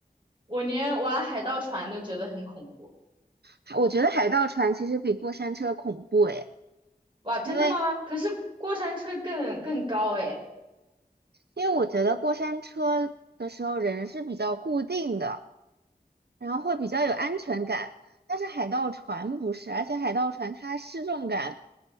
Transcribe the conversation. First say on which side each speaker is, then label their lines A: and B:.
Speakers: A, on the right (about 30°); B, on the right (about 85°).
A: 我连玩海盗船都觉得很恐怖。
B: 还我觉得海盗船其实比过山车恐怖诶，
A: 哇，真的吗？
B: 因为
A: 可是过山车更更高诶。
B: 因为我觉得过山车的时候人是比较固定的，然后会比较有安全感，但是海盗船不是，而且海盗船它失重感